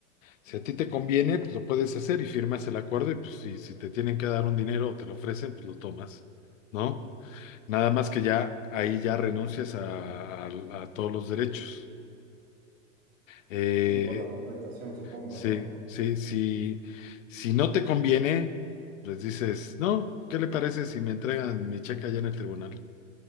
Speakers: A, on the left (about 75°); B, on the right (about 75°).
A: Si a ti te conviene, pues lo puedes hacer y firmas el acuerdo y pues si, si te tienen que dar un dinero o te lo ofrecen, pues lo tomas, ¿no? Nada más que ya ahí ya renuncias a, a- a todos los derechos. Eh,
B: Sí, por la compensación, supongo,
A: Sí,
B: ¿no?
A: sí, sí. Si no te conviene, pues dices, no, ¿qué le parece si me entregan mi cheque allá en el tribunal? <laughs>